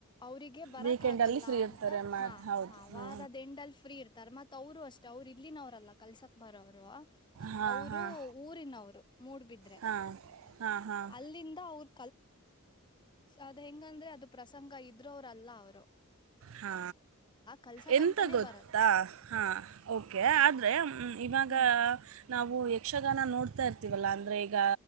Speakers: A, on the left (about 20°); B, on the right (about 65°).
A: ಅವಿಗೆ ಬರಕ್
B: ವೀಕೆಂಡಲ್ಲಿ
A: ಆಗಲ್ಲ
B: ಫ್ರೀ ಇರ್ತಾರೆ
A: ಅಂತ
B: ಮಾ
A: ಹಾ
B: ಹೌದು
A: ಹಾ
B: ಹ್ಞೂ
A: ವಾರ ದಂಡಲ್ ಫ್ರೀ ಇರ್ತಾರೆ ಮತ್ ಅವರು ಅಷ್ಟೇ ಅವರು ಅವರು ಇಲ್ಲಿನವ್ರಲ್ಲಾ ಕಲ್ಸಕ್ ಬರೋ ಅವರು
B: ಹಾಂ
A: ಅವರು
B: ಹಾಂ
A: ಊರಿನವರು ಮೂಡ್ಬಿದ್ರೆ
B: ಹಾಂ ಹಾಂ ಹಾಂ
A: ಅಲ್ಲಿಂದ ಅವರು ಅದ ಹೆಂಗಂದ್ರೆ ಅದು ಪ್ರಸಂಗ ಇದ್ರ ಅವ್ರಲ್ಲ ಅವ್ರು
B: ಹಾ
A: ಕಲ್ಸಕಂತಾನೆ
B: ಎಂತ ಗೊತ್ತಾ
A: ಬರೋದು
B: ಹಾ ಓಕೆ ಆದ್ರೆ ಇವಾಗ
A: ಹ್ಮ್
B: ನಾವು ಯಕ್ಷಗಾನ ನೋಡ್ತಾ ಇರ್ತೀವಲ್ಲ ಅಂದ್ರೆ ಈಗ